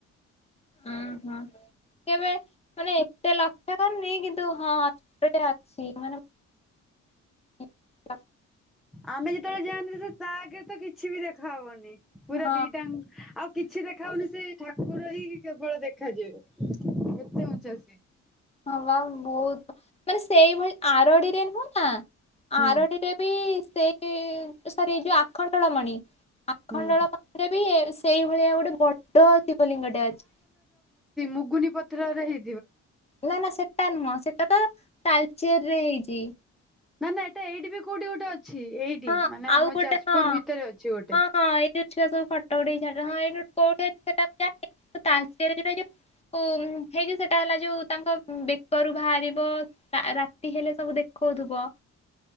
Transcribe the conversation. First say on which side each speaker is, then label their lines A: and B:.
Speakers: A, on the left; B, in the centre.
A: ହୁଁ ହୁଁ କେବେ ମାନେ ଏତେ ଲା। <unintelligible> ନେଇ କିନ୍ତୁ ହଁ ଗୋଟେ ଅଛି ମାନେ <unintelligible>
B: ଆମେ ଯେତେବେଳେ ଯାଆନ୍ତି ସେ ତା ଆଗରେ ତ କିଛି ବି ଦେଖାହବନି ପୁରା
A: ହଁ
B: ଦିଟାଙ୍କୁ ଆଉ କିଛି ଦେଖା ହଉନି ସେଇ ଠାକୁର ହିଁ କେବଳ ଦେଖାଯିବେ ଏତେ ଉଞ୍ଚା ସିଏ।
A: ହ ବହୁତ ମାନେ ସେଇଭଳି ଆରଡିରେ ନୁହଁ ନା। ଆରଡିରେ
B: ହୁଁ
A: ବି ସେଇ ସରି ଯୋଉ ଆଖଣ୍ଡଳମଣି। ଆଖଣ୍ଡଳମଣିରେ
B: ହୁଁ
A: ବି ସେଇଭଳିଆ ଗୋଟେ ବଡ ଶିବଲିଙ୍ଗଟେ ଅଛି।
B: ମୁୁଗୁନି ପଥରରେ ହେଇ
A: ନା ନା ସେଟା ନୁହଁ ସେଟା ତାଳଚେରରେ ହେଇଛି।
B: ନା ନା ଏଟା ଏଇଠି ବି କୋଉଠି ଗୋଟେ ଅଛି ଏଇଠି
A: ହଁ
B: ମାନେ
A: ଆଉ
B: ଆମ
A: ଗୋଟେ
B: ଯାଜପୁର
A: ହଁ
B: ଭିତରେ ଅଛି ଗୋଟେ।
A: ହଁ ହଁ ଏଇ ଯୋଉ ଛୁଆ ସବୁ ଫଟୋ ଉଠେଇକି ଚାଡୁଛନ୍ତି ହଁ ଏଇଠୁ କୋଉଠି ଅଛି ସେଟା ତ ମୁଁ ଜାଣିନି କିନ୍ତୁ ତାଳଚେରରେ ହୁଁ ହେଇ ଯୋଉ ସେଟା ହେଲା ଯୋଉ ତାଙ୍କ ବେକରୁ ବାହାରିବ ତା ରା। ହେଲେ ସବୁ ଦେଖଉଥିବ